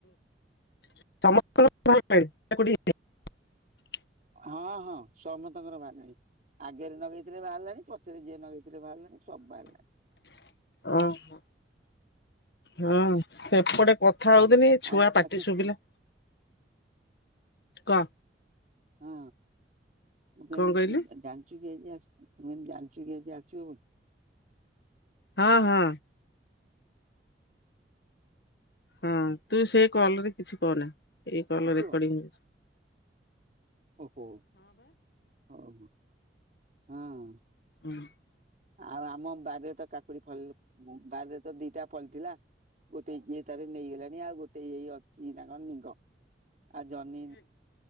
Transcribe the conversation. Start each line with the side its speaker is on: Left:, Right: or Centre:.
Left: ସମସ୍ତଙ୍କ <inaudible>
Right: ଅ ହଁ ସମସ୍ତଙ୍କର ବାହାରିଲାନି। ଆଗରେ ନଗେଇଥିଲେ ବାହାରିଲାଣି ପଛରେ ଯିଏ ନଗେଇଥିଲେ ବାହାରିଲାଣି ସବୁ ବାହାରିଲାଣି।
Left: ଉଁ ହୁଁ। ହଁ ସେପଟେ କଥା ହଉଥିଲି ଛୁଆ
Right: ଆଜି
Left: ପାଟି
Right: ଆ ତୁ
Left: ଶୁଭିଲା
Right: ଶୁ
Left: କହ
Right: ହଁ ମୁଁ କ
Left: କଣ କହିଲୁ?
Right: ଯାଚୁ କିଛି ଆଛି ଯାନଚୁ କିଛି ଆସିବ ବୋଲି
Left: ହଁ ହଁ ହଁ ତୁ ସେ କଲରେ କିଛି କହନା ଏଇ କଲ
Right: ଆସିବ
Left: ରେକର୍ଡିଙ୍ଗ
Right: ଓହୋ ଓହୋ ହଁ
Left: ହୁଁ <inaudible>
Right: ଆଉ ଆମ ବାରରେ ତ କାକୁଡି ଫଳି ବାରିରେ ତ ଦିଟା ଫଳିଥିଲା। ଗୋଟେ କିଏ ତାର ନେଇଗଲାଣି ଆଉ ଗୋଟେ ଏଇ ଅଛି ନା କଣ ଆଉ ଜହ୍ନି।